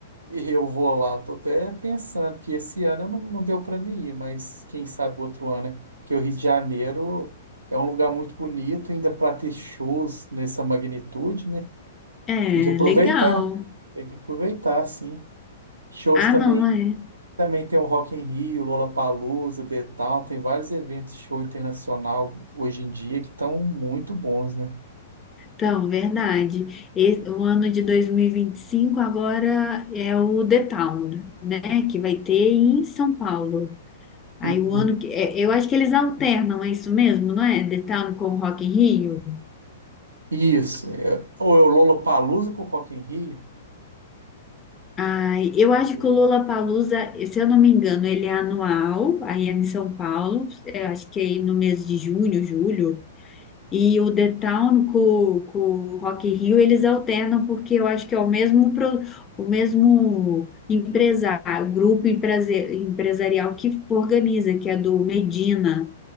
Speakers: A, on the right (about 80°); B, on the left (about 20°).
A: eu vou lá. Tô até pensando, que esse ano não, não deu para mim ir, mas quem sabe outro ano, né? Porque o Rio de Janeiro é um lugar muito bonito, ainda para ter shows nessa magnitude, né?
B: É,
A: Tem que aproveitar,
B: legal.
A: tem que aproveitar, sim. Shows
B: Ah,
A: também,
B: não, é.
A: também tem o Rock in Rio, Lollapalooza, The Town, tem vários eventos de show internacional hoje em dia que estão muito bons, né?
B: Então, verdade. Esse- o ano de dois mil e e vinte e cinco agora é o The Town, né? Que vai ter em São Paulo. Aí
A: Uhum.
B: o ano que. é, eu acho que eles alternam, é isso mesmo, não é? The Town com o Rock in Rio.
A: Isso. é- Ou é o Lollapalooza com o Rock in Rio?
B: Ai, eu acho
A: Sim.
B: que o Lollapalooza, se eu não me engano, ele é anual, aí é em São Paulo, eu acho que é no mês de junho, julho. E o The Town com, com o Rock in Rio, eles alternam porque eu acho que é o mesmo, pro- o mesmo empresário, o grupo empresa- empresarial que organiza, que é do Medina,